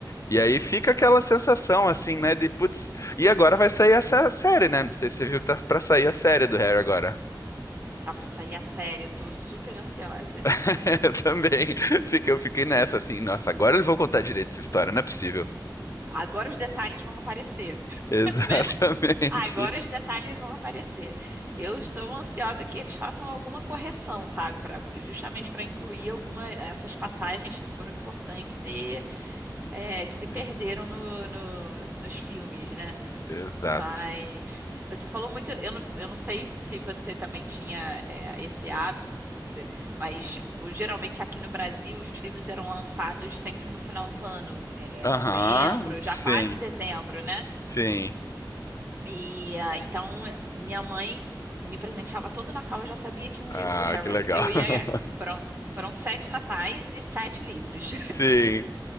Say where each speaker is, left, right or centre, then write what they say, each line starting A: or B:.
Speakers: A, on the left; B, on the right.
A: E aí fica aquela sensação assim, né, de putz, e agora vai sair essa série, né? Não sei se você viu que tá pra sair a série do Harry agora.
B: Tá pra sair a série, eu tô super ansiosa.
A: <laughs> Eu também. Fiquei- Eu fiquei nessa assim, nossa, agora eles vão contar direito essa história, não é possível.
B: Agora os detalhes vão aparecer, <laughs>
A: <laughs> Exatamente.
B: né? Agora os detalhes vão aparecer. Eu estou ansiosa que eles façam alguma correção, sabe, para justamente para incluir alguma essas passagens que foram importantes e É, que se perderam
A: Sim,
B: no, no- nos filmes, né?
A: Exato.
B: Mas você falou muito, eu não, eu não sei se você também tinha é, esse hábito, se você, mas o- geralmente aqui no Brasil os livros eram lançados sempre no final do ano, é,
A: Aham,
B: novembro,
A: sim,
B: já quase dezembro, né?
A: sim.
B: E ah, então eh, minha mãe me presenteava todo Natal, eu já sabia que um livro
A: Ah,
B: do Harry
A: que legal.
B: eu ia
A: <laughs>
B: ganhar. Foram, foram sete natais e sete livros.
A: Sim.